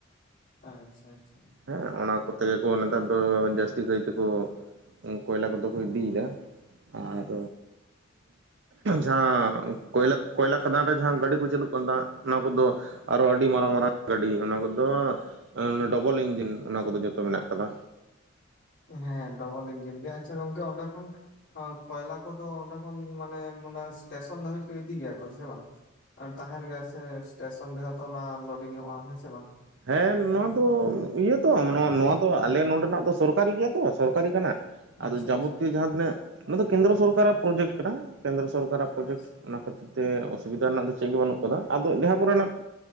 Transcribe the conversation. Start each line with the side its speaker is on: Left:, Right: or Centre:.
Left: ᱟᱪᱪᱷᱟ ᱟᱪᱪᱷᱟ ᱪᱷᱟ᱾
Right: ᱦᱮᱸ ᱚᱱᱟ ᱠᱚᱛᱮ ᱜᱮ ᱠᱚ ᱱᱮᱛᱟᱨ ᱫᱚ ᱡᱟᱹᱥᱛᱤ ᱠᱟᱭ ᱛᱮᱠᱚ ᱠᱚᱭᱞᱟ ᱠᱚᱫᱚ ᱠᱚ ᱤᱫᱤᱭᱮᱫᱟ ᱟᱨ ᱡᱟᱦᱟᱸ ᱠᱚᱭᱞᱟ ᱠᱚᱭᱞᱟ ᱠᱷᱟᱫᱟᱱ ᱨᱮ ᱡᱟᱦᱟᱸ ᱜᱟᱹᱰᱤ ᱠᱚ ᱪᱟᱹᱞᱩᱜ ᱠᱟᱱ ᱛᱟᱦᱮᱸ, ᱱᱚᱣᱟ ᱠᱚᱫᱚ ᱟᱨᱚ ᱟᱹᱰᱤ ᱢᱟᱨᱟᱝ ᱢᱟᱨᱟᱝ ᱜᱟᱹᱰᱤ ᱚᱱᱟ ᱠᱚᱫᱚ ᱰᱚᱵᱚᱞ ᱤᱧ ᱡᱤᱱ ᱚᱱᱟ ᱠᱚᱫᱚ ᱡᱚᱛᱚ ᱢᱮᱱᱟᱜ ᱠᱟᱫᱟ᱾
Left: ᱦᱮᱸ ᱰᱚᱵᱚᱞ ᱤᱧᱡᱤᱱ ᱜᱮ ᱟᱪᱪᱷᱟ ᱜᱚᱝᱠᱮ ᱚᱸᱰᱮ ᱠᱷᱚᱱ ᱦᱚᱸ ᱠᱚᱭᱞᱟ ᱠᱚᱫᱚ ᱚᱸᱰᱮ ᱠᱷᱚᱱ ᱢᱟᱱᱮ ᱥᱴᱮᱥᱚᱱ ᱫᱷᱟᱹᱵᱤᱡ ᱠᱚ ᱤᱫᱤ ᱜᱮᱭᱟ ᱠᱚ ᱥᱮ ᱵᱟᱝ? ᱛᱟᱸᱦᱮᱱ ᱜᱮᱭᱟ ᱥᱮ ᱴᱮᱥᱚᱱ ᱨᱮᱦᱚᱛᱚ ᱚᱱᱟ ᱞᱳᱰᱤᱝ ᱚᱼᱟ ᱦᱮᱸ ᱥᱮ ᱵᱟᱝ?
Right: ᱦᱮᱸ ᱱᱚᱣᱟ ᱫᱚ ᱤᱭᱟᱹ ᱛᱚ ᱱᱚᱣᱟ ᱫᱚ ᱟᱞᱮ ᱱᱚᱰᱮᱱᱟᱜ ᱫᱚ ᱥᱚᱨᱠᱟᱨᱤ ᱜᱮᱭᱟ ᱛᱚ ᱥᱚᱨᱠᱟᱨᱤ ᱠᱟᱱᱟ᱾ ᱟᱫᱚ
Left: ᱟᱪᱪᱷᱟ
Right: ᱡᱟᱵᱚᱛᱤᱭᱚ
Left: ᱟᱪᱪᱷᱟ ᱟᱪᱪᱷᱟ
Right: ᱡᱟᱦᱟᱸ ᱛᱤᱱᱟᱹᱜ ᱚᱱᱟ ᱫᱚ ᱠᱮᱱᱫᱨᱚ ᱥᱚᱨᱠᱟᱨᱟᱜ ᱯᱨᱚᱡᱮᱠᱴ ᱠᱟᱱᱟ ᱠᱮᱱᱫᱨᱚ ᱥᱚᱨ ᱠᱟᱨᱟᱜ ᱯᱨᱚᱡᱮᱠᱴ
Left: ᱟᱪᱪᱷᱟ
Right: ᱚᱱᱟ ᱠᱷᱟᱹᱛᱤᱨ ᱛᱮ ᱚᱥᱩᱵᱤᱫᱟ ᱨᱮᱱᱟᱜ ᱫᱚ ᱪᱮᱫ ᱜᱮ ᱵᱟᱹᱱᱩᱜ ᱠᱟᱫᱟ, ᱟᱫᱚ ᱡᱟᱦᱟᱸ ᱠᱚᱨᱮᱱᱟᱜ ᱢᱮ